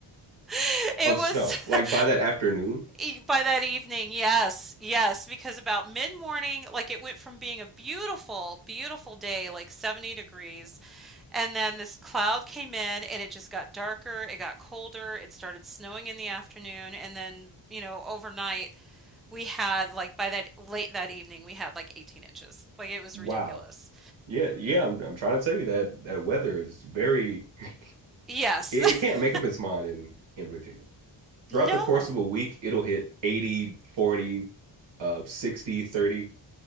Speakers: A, in the centre; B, on the right (about 85°).
A: <laughs> it
B: of
A: was
B: snow. Like
A: <laughs>
B: by that afternoon.
A: E- By that evening, yes, yes, because about mid-morning, like it went from being a beautiful, beautiful day, like 70 degrees, and then this cloud came in and it just got darker, it got colder, it started snowing in the afternoon, and then, you know, overnight we had like by that late that evening we had like 18 inches. Like it was
B: Wow.
A: ridiculous.
B: Yeah, yeah, I'm, I'm trying to tell you that that weather is very, <laughs>
A: Yes.
B: it, it can't make
A: <laughs>
B: up its mind in in Virginia. Throughout
A: No.
B: the course of a week, it'll hit 80, 40, uh 60, 30,